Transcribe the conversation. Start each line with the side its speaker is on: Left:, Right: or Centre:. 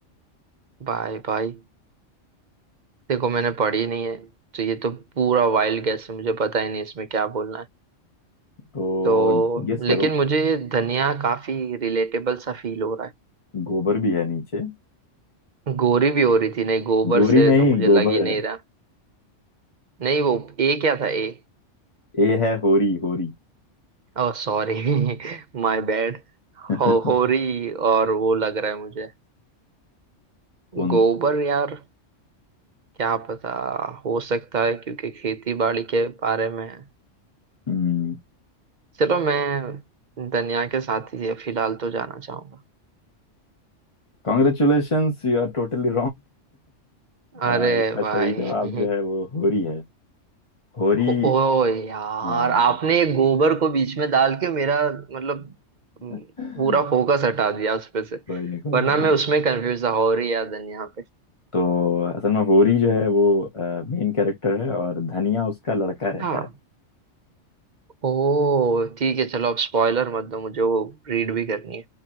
Right: भाई भाई देखो मैंने पढ़ी नहीं है तो ये तो पूरा वाइल्ड गैस है मुझे पता ही नहीं इसमें क्या बोलना है
Left: तो
Right: तो
Left: गेस
Right: लेकिन
Left: करो
Right: मुझे ये धनिया काफी रिलेटेबल सा फील हो रहा
Left: गोबर भी है नीचे
Right: है गोरी भी हो रही थी नहीं गोबर
Left: गोरी
Right: से
Left: नहीं
Right: तो मुझे
Left: गोबर
Right: लग ही नहीं
Left: है
Right: रहा नहीं वो ए क्या था ए
Left: ए है होरी होरी
Right: Oh sorry my bad <laughs>
Left: <laughs>
Right: हो होरी और वो लग रहा है मुझे
Left: कौन
Right: गोबर यार क्या पता हो सकता है क्योंकि खेती बाड़ी के बारे में है
Left: हम्म
Right: चलो मैं दुनिया के साथ ही फिलहाल तो जाना चाहूंगा
Left: कॉन्ग्रेचुलेशंस यू आर टोटली आ,
Right: अरे
Left: इसका
Right: भाई
Left: सही जवाब
Right: <laughs>
Left: जो है वो होरी है होरी
Right: हो, ओ यार
Left: हाँ
Right: आपने एक गोबर को बीच में डाल के मेरा मतलब म,
Left: कोई
Right: पूरा फोकस हटा दिया उस पे से
Left: नहीं कोई
Right: वरना
Left: नहीं कोई
Right: मैं
Left: नहीं।
Right: उसमें कंफ्यूज था होरी या दुनिया पे
Left: तो असल में होरी जो है वो मेन कैरेक्टर है और धनिया उसका लड़का रहता
Right: हाँ
Left: है
Right: ओह ठीक है चलो अब स्पॉइलर मत दो मुझे वो रीड भी करनी